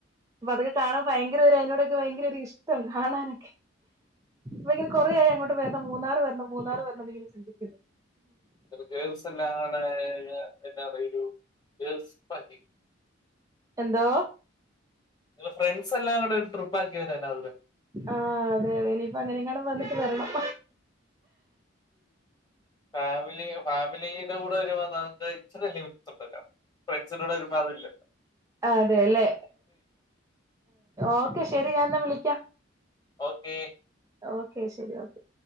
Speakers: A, on the right; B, on the left.
A: അപ്പൊ അതൊക്കെ കാണാൻ ഭയങ്കര ഒരു അതിനോടൊക്കെ ഭയങ്കര ഒരിഷ്ടം കാണാനൊക്കെ ഭയങ്കര കൊറേയായി അങ്ങോട്ട് വരണം മൂന്നാറ് വരണം മൂന്നാറ് വരണം ഇങ്ങനെ ചിന്തിക്കുന്നു
B: ഗേൾസ് എല്ലാംകൂടെ എന്താ പറ ഒരു ഗേൾസ് പറ്റി
A: എന്തോ
B: നി ങ്ങൾ ഫ്രണ്ട്സ് എല്ലാം കൂടെ ഒരു ട്രിപ്പക്കിവരാനോ <unintelligible>
A: ആ അതെ അതെ ഇനിയിപ്പ അങ്ങനെയെങ്ങാനം വന്നിട്ട് വരണം
B: ഫാമിലി ഫാമിലിയുടെ കൂടെ വരുമ്പോ ന ഇച്ചല്ല ഉണ്ടല്ലോ ഫ്രണ്ട്സിന്റെ കൂടെ വരുമ്പോ അതില്ലല്ലോ
A: ആ അതെ അല്ലേ ഓക്കെ ശെരി ഞാൻ എന്നാ വിളിക്കാം
B: ഓക്കേ
A: ഓക്കെ ശരി ഓക്കെ